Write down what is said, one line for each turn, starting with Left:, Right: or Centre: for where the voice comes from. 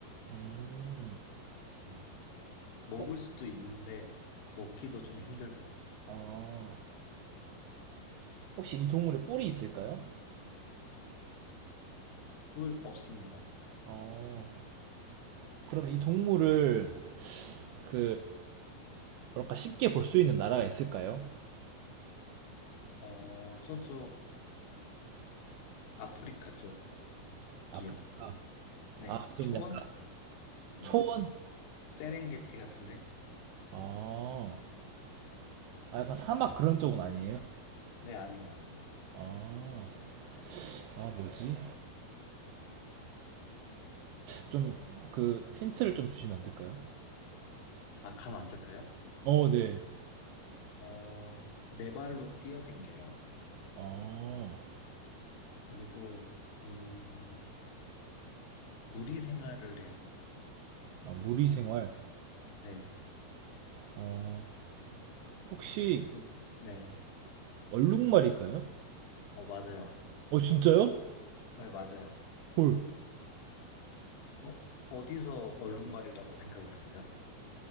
Right: 음.
Left: 음. 먹을
Right: 어,
Left: 수도 있는데 먹기도 좀 힘들고
Right: 어, 혹시 이 동물에 뿔이 있을까요?
Left: 뿔 없습니다.
Right: 어, 그럼 이 동물을 그 뭐랄까 쉽게 볼 수 있는 나라가 있을까요?
Left: 어, 저쪽 아프리카
Right: 아프리카.
Left: 쪽이요. 네,
Right: 아, 좀
Left: 초원?
Right: 약간
Left: 네,
Right: 초원?
Left: 세렝게티 같은데?
Right: 아... 아, 약간 사막 그런 쪽은 아니에요?
Left: 네, 아니에요, 아니에요.
Right: 아... 아, 뭐지? 좀 그 힌트를 좀 주시면 안 될까요?
Left: 아, 감 안 잡혀요?
Right: 어, 네.
Left: 어, 네 발로 뛰어댕겨요.
Right: 어,
Left: 그리고, 음, 무리 생활을 해요.
Right: 아, 무리 생활.
Left: 네.
Right: 어, 혹시
Left: 그리고, 네.
Right: 얼룩말일까요?
Left: 어, 맞아요.
Right: 어, 진짜요?
Left: 네, 맞아요.
Right: 헐.
Left: 어, 어디서 얼룩말이라고 생각을 했어요?